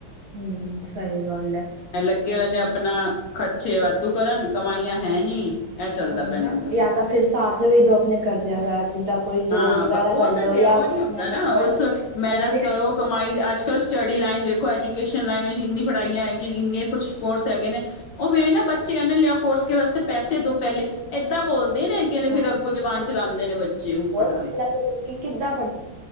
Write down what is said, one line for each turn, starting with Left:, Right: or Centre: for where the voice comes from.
Right: ਹੂੰ ਸਹੀ ਗੱਲ ਐ
Left: ਇਹ ਲੱਗੇ ਹੋਏ ਨੇ ਆਪਣਾ ਖਰਚੇ ਵਾਧੂ ਕਰਨ ਕਮਾਈਆਂ ਹੈ ਨੀ। ਇਹ ਚੱਲਦਾ
Right: ਹੋਵੇ
Left: ਪਿਆ
Right: ਨਾ
Left: ਇਹਨਾਂ ਦਾ
Right: ਜਾਂ ਤਾਂ ਫਿਰ ਸਾਥ ਵੀ ਦੋ ਆਪਣੇ ਘਰ ਦਿਆਂ ਦਾ ਜਿੱਦਾਂ ਕੋਈ
Left: ਹਾਂ
Right: ਜੋਬ ਵਗੈਰਾ
Left: ਉਹ
Right: ਕਰ
Left: ਤਾਂ
Right: ਲਓ
Left: ਦੇ
Right: ਜਾਂ
Left: ਉਹ ਨੀ ਹੁੰਦਾ
Right: ਮਿਹਨਤ
Left: ਨਾ
Right: ਕਰ
Left: ਉਸ
Right: ਲੋ
Left: ਮਿਹਨਤ
Right: ਉਹਨੇ
Left: ਕਰੋ ਕਮਾਈ ਅੱਜ ਕੱਲ੍ਹ ਸਟੱਡੀ ਲਾਈਨ ਦੇੇਖੋ ਐਜੂਕੇਸ਼ਨ ਲਾਈਨ ਵਿੱਚ ਇੰਨੀ ਪੜ੍ਹਾਈਆਂ ਹੈਗੀ ਇੰਨੇ ਕੁਛ ਕੋਰਸ ਹੈਗੇ ਨੇ ਉਵੇ ਨਾ ਬੱਚੇ ਕਹਿੰਦੇ ਨੇ ਲਿਆਓ ਕੋਰਸ ਕੇ ਵਾਸਤੇ ਪੈੇ ਦੋ ਪਹਿਲੇ ਏਦਾਂ ਬੋਲਦੇ ਨੇ ਕੇਂਦੇ ਫਿਰ
Right: ਹਾਂ
Left: ਅੱਗੋਂ ਜਬਾਨ ਚਲਾਂਦੇ ਨੇ ਬੱਚੇ ਊਟਪਟਾਂਗ
Right: ਬਹੁਤ ਪਹਿਲਾਂ ਕਿ ਕਿੱਦਾਂ